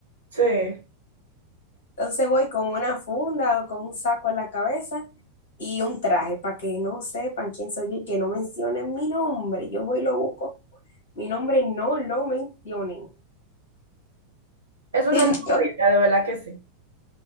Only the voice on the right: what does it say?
Sí,
es una
muy buena idea, de verdad que sí.